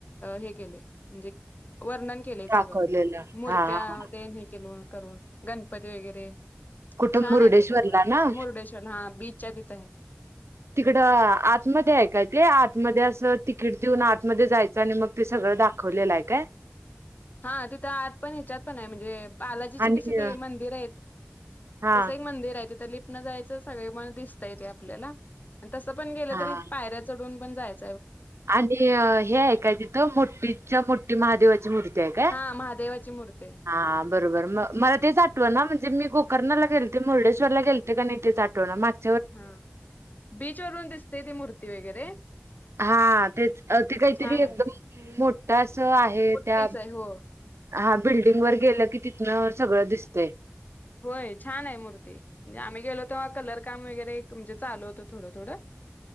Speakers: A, on the left (about 40°); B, on the right (about 75°).
A: हे केले म्हणजे वर्णन केले सगळं
B: दाखवलेलं
A: मूर्त्या
B: हा हा
A: ते हे केल करून गणपती वगैरे
B: कुठं
A: छान
B: मुर्डेश्वरला
A: आहे ते पण बघ
B: ना
A: मुरडेश्वर हा बीच हाय तिथं.
B: तिकडं आतमध्ये आहे काय ते आतमध्ये असं तिकीट देऊन आतमध्ये जायचं आणि मग ते सगळं दाखवलेला आहे काय.
A: हा तिथं आत पण ह्याच्यात पण आहे म्हणजे बालाजीचे
B: आणि
A: कसे ते मंदिर आहेत
B: हा
A: तसं ही मंदिर आहे तिथ लिप जायच सगळे म दिसतय ते आपल्याला तस पण गेलं
B: हा
A: तरी पायऱ्या चढून पण जायचं
B: आणि हे ऐकाय तिथं मोठीच्या मोठी महादेवाची मूर्ती काय
A: हा महादेवाची मूर्ती आहे.
B: हा बरोबर म मला तेच आठवना म्हणजे गुफ कर्णाला गेलते मुर्डेश्वरला गेलते का नाय तेेच आठवना माग
A: हा बीचवरून दिसतय ती मूर्ती वगैरे
B: हा हा तेच ते काहीतरी
A: छान आहे
B: एकदम मोठा अस च आहे
A: मोठीच
B: त्या
A: आहे हो
B: हा बिल्डिंग वर गेलं की तिथनं सगळं दिसतय
A: होय छान आहे मूर्ती म्हणजे आम्ही गेलो तेव्हा कलर काम वगैरे म्हणजे चालू होत थोडं थोडं